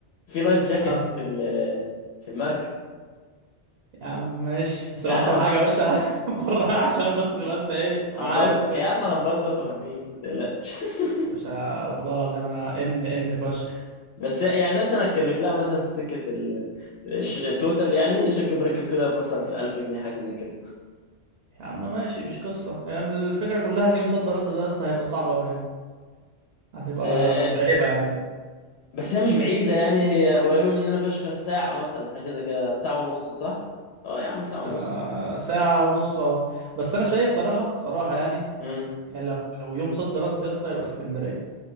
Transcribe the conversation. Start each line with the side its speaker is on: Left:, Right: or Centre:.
Left: في لايف جاكيتس
Right: اه
Left: في ال- في المركب
Right: يا عم ماشي بس
Left: يعني
Right: لو حصل
Left: هم
Right: حاجه يا باشا <laughs> بره عشان بس تبقى انت ايه
Left: هنبلبط
Right: معايا في القصه
Left: يا عم هنبلبط وهنهيس ما تقلقش <laughs>
Right: يا باشا والله العظيم انا ان ان فشخ
Left: بس يعني مثلا هتكلف لها مثلا في سكه ال- الش- التوتال يعني شكل بركب كده مثلا في 1000 جنيه حاجه زي كده
Right: يا عم ماشي مش قصه يعني الفكره كلها ان يوم صد رد ده يا اسطى هيبقى صعب قوي يعني هتبقى
Left: آه،
Right: متعبه يعني
Left: بس هي مش بعيدة يعني هي قريبة مننا فشخ ساعة مثلا حاجة زي كده ساعة ونص صح؟ اه يا عم ساعة ونص
Right: آه، ساعة ونص اهو بس انا شايف صراحة صراحة يعني
Left: مم.
Right: يعني لو لو يوم صد رد يا اسطى يبقى اسكندرية